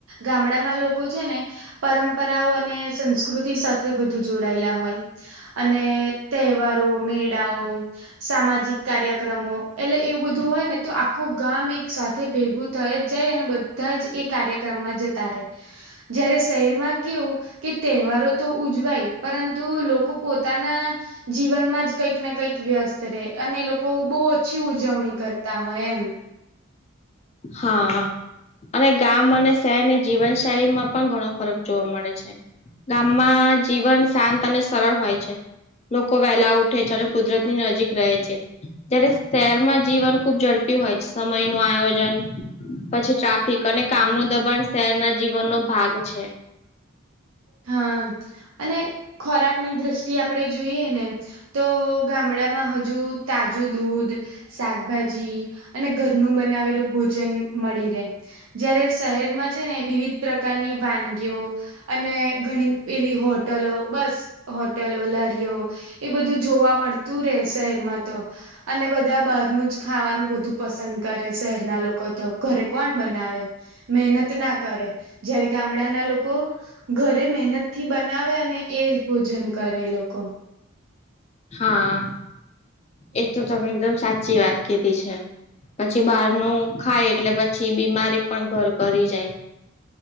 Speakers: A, on the right; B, on the left.
A: ગામડામાં લોકો છે ને. પરંપરાઓ અને સંસ્કૃતિ સાથે વધુ જોડાયેલા હોય. અને તહેવારો, મેળાઓ. સામાજિક કાર્યક્રમો એટલે એ બધું હોય ને તો આખું ગામ એક સાથે તે ભેગું થઈ જ જાય અને બધા જ એ કાર્યક્રમમાં જતા રહે જ્યારે સ શહેરમાં કેવું કે તહેવારોતો ઉજવાય પરંતુ લોકો પોતાના જીવનમાં જ કંઈક ને કંઈક વ્યસ્ત રહે અને લોકો બહુ ઓછી ઉજવણી કરતા હોય એમ
B: હા હા. અને ગામ અને શહેરની જીવનશૈલીમાં પણ ઘણો ફરક જોવા મળે છે. ગામમાં જીવન શાંત અને સરળ હોય છે. લોકો વહેલા ઉઠે છે અને કુદરતની નજીક રહે જયારે શહેરમાં જીવન ખુબ ઝડપી હોય છે સમય નું આયોજન પછી ટ્રાફિક અને કામનું દબાણ શહેરના જીવનનો ભાગ છે.
A: હા અને ખોરાકની દ્રષ્ટિએ આપણે જોઈએ ને તો ગામડામાં હજુ તાજું દૂધ શાકભાજી અને ઘરનું બનાવેલું ભોજન મળી રહે. જયારે શહેરમાં છે ને વિવિધ પ્રકારની વાનગીઓ અને ઘણી એવી હોટલો બસ હોટેલો, લારીઓ એ બધું જોવા મળતું રે શહેરમાં તો. અને બધા બહારનું જ ખાવાનું બધું પસંદ કરે શહેરના લોકો તો ઘરે કોણ બનાવે? મહેનત ના કરે જ્યારે ગામડાના લોકો ઘરે મહેનત થી બનાવે અને એ ભોજન કરે એ લોકો.
B: હા એ તો તમે એકદમ સાચી વાત કીધી છે. પછી બહારનું ખાય એટલે પછી બીમારી પણ ઘર કરી જાય.